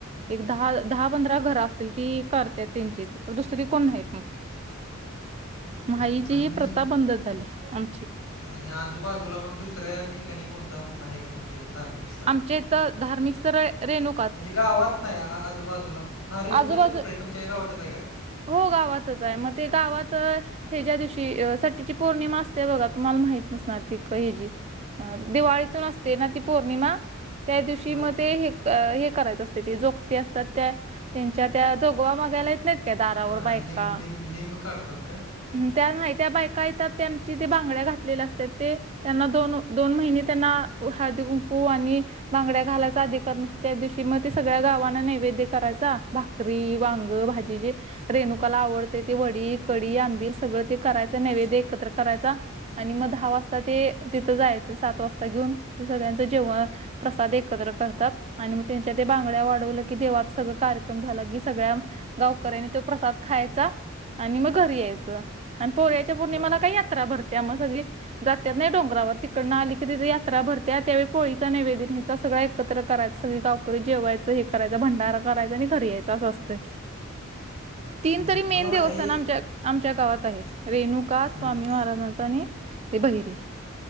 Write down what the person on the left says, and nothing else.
<unintelligible>
हम्म आणि
मग हे
आणि आजूबाजूला मग दुसऱ्या ठिकाणी कोणतं आहे का तुमच्या इथं धार्मिक? स्थळ
म्हणजे गावात नाही आजूबाजूला हा रेणुकाचं
कुठं आहे तुमच्या गावातच आहे का?
हम्म बर
हां
लिंब लिंब लिंब काढतात का
अ,
<unintelligible>
हम्म
तुम्हाला
हे
हम्म